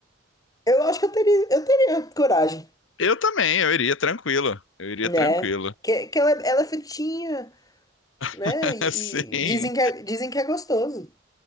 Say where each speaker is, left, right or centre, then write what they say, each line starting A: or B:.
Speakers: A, on the left; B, on the left.
A: Eu acho que eu teria, eu teria coragem,
B: Eu também, eu iria tranquilo. Eu iria
A: né?
B: tranquilo.
A: Que, que ela, é- ela é fritinha, né?
B: <laughs>
A: E,
B: Sim.
A: e dizem que é, dizem que é gostoso.